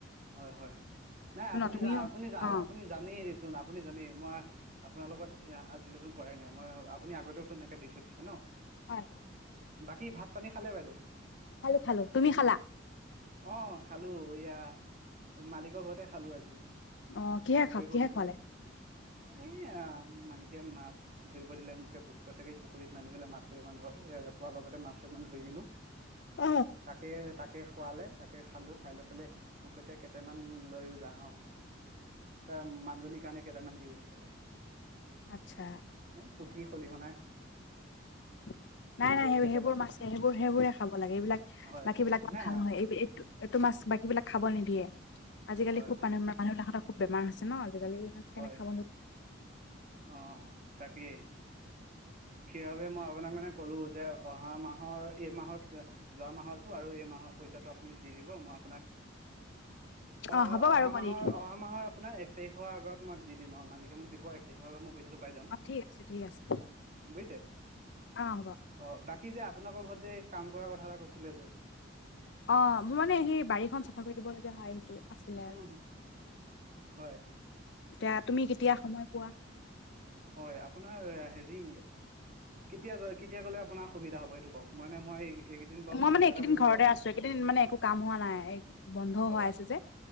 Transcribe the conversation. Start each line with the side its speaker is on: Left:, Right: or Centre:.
Right: হয় হয় নাই আপুনি
Left: তুমিও
Right: যা আপুনি যা
Left: অ
Right: আপুনি জানেই যিহেটো আপুনি জানেই মই আপোনাৰ লগত আজিলৈকে কৰাই নাই মই আপুনি আগতেওঁটো এনেকে দি থৈ দিছে ন
Left: হয় হয়
Right: বাকী ভাত পানী খালে বাইদেউ
Left: খালোঁ খালোঁ তুমি খালা
Right: অঁ খালোঁ এয়া মালিকৰ ঘৰতে খালোঁ আজি
Left: অ কিহে
Right: কাম
Left: খা
Right: কৰিব
Left: কিহে
Right: গৈছিলোঁ
Left: খোৱালে
Right: এ মালিকে মাছ ধৰিব দিলে মোকে কৈছে কি পুখুৰীত নামি পেলে মাছ কেইামান ধৰ মাছ কেইটা যম
Left: অ
Right: তাকে তাকে খোৱালে তাকে খালো খাই লৈ পেলাই মোক কৈছে কেইটামান লৈও যা হ তাৰ মানুজনীৰ কাৰণে কেইটামান দিও পঠিয়ালে
Left: আচ্ছা
Right: এ পুঠি খলিহনাই
Left: উ নাই নাই সেই
Right: কেইটামান
Left: সেইবোৰ মাছে সেইবোৰ সেইবোৰে খাব লাগে এইবিলাক
Right: হয়
Left: বাকী
Right: হয়
Left: বিলাক
Right: নাই
Left: ভাল হয় এই এই এইটো মাছ বাকী বিলাক খাব নিদিয়ে আজিকালি
Right: হয়
Left: খুব
Right: হয়
Left: মানুহ মানুহবিলাকৰ খুব বেমাৰ হৈছে ন আজিকালি ইমানে
Right: হয়
Left: কেনে খাব ন
Right: অ তাকে সেইবাবে মই আপোনাক মানে ক'লো যে অহা মাহৰ এই মাহত যোৱা মাহতো আৰু এই মাহৰ পইচাটো আপুনি দি দিব মই আপোনাক
Left: <unintelligible> অ
Right: অহা
Left: হ'ব
Right: অহা
Left: বাৰু মই
Right: মাহৰ
Left: দি দিম
Right: অহা মাহৰ আপোনাৰ এক তাৰিখৰ আগত মই দি দিম অ মালিকে মোক দিব তে আত মই পইচাটো পাই যাম
Left: অ ঠিক আছে ঠিক আছে
Right: বুজছে
Left: অ হ'ব
Right: অ কি যে আপোনালোকৰ ঘৰত যে কাম কৰাৰ কথা এটা কৈছিলে যে
Left: অ মোৰ মানে সেই বাৰীখন চাফা কৰি দিবলগীয়া হয় আহিছিল আছিলে আৰু
Right: উ হয়
Left: এতিয়া তুমি কেতিয়া সময় পোৱা
Right: হয় আপোনাৰ হেৰি কেতিয়া য কেতিয়া গ'লে আপোনাৰ সুবিধা হ'ব এইটো কওক মানে মই এইকেইদিন বাৰু
Left: মই মানে
Right: কিবা
Left: এইকেইদিন
Right: এটা কৰি মিলাব
Left: ঘৰতে
Right: পাৰিম
Left: আছো একেইদিন মানে একো কাম হোৱা নাই বন্ধও
Right: হয়
Left: হোৱা আছে যে